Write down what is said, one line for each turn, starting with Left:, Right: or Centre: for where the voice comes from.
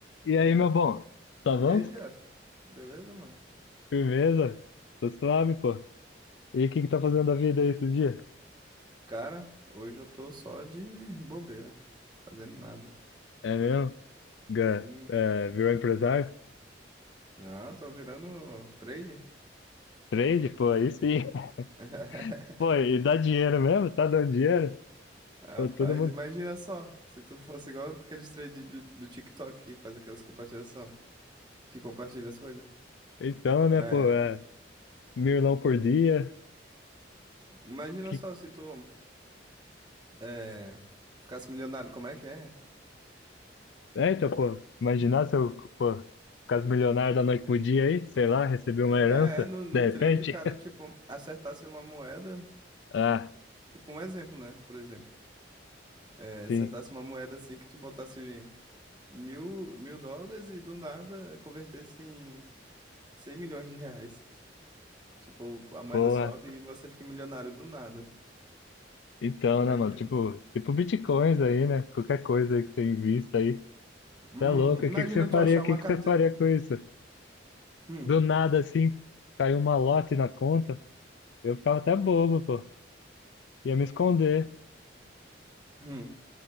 Left: E aí, meu bom? Tá bom?
Right: E aí, Jeff? Beleza, mano?
Left: Firmeza? Tô suave, pô. E o que que tá fazendo da vida aí esses dias?
Right: Cara, hoje eu tô só de bobeira, fazendo nada.
Left: É mesmo? Ga-
Right: Hum.
Left: é, virou empresário?
Right: Não, tô virando trade.
Left: Trade? Pô, aí sim. <laughs>
Right: <laughs>
Left: Pô, e dá dinheiro mesmo? Tá dando dinheiro?
Right: Rapaz,
Left: Pô, todo mundo...
Right: imagina só, se tu fosse igual aqueles trades do, do TikTok que faz aquelas compartilhação, que compartilha as coisas.
Left: Então,
Right: É,
Left: né, pô, é... Milão por dia.
Right: imagina
Left: Que...
Right: só se tu é, ficasse milionário, como é que é?
Left: É, então, pô, imaginar se eu, pô, caso milionário da noite pro dia aí, sei lá, receber uma herança,
Right: É, no, no
Left: de repente.
Right: trade o cara,
Left: <laughs>
Right: tipo, acertasse uma moeda,
Left: Ah,
Right: tipo um exemplo, né? Por exemplo, é,
Left: sim.
Right: acertasse uma moeda assim que tu botasse mil, mil dólares e do nada converter se em 100 milhões de reais. Tipo, a moeda
Left: Porra.
Right: sobe e você fica milionário do nada.
Left: Então,
Right: Imagina.
Left: né, mano, tipo, tipo bitcoins aí, né? Qualquer coisa aí que você invista aí.
Right: Hum,
Left: Tá louco? O
Right: imagina
Left: que que você
Right: tu
Left: faria?
Right: achar
Left: O
Right: uma
Left: que que
Right: carteira.
Left: você faria com isso?
Right: Hum,
Left: Do nada, assim, caiu um malote na conta. Eu ficava até bobo, pô. Ia me esconder.
Right: hum.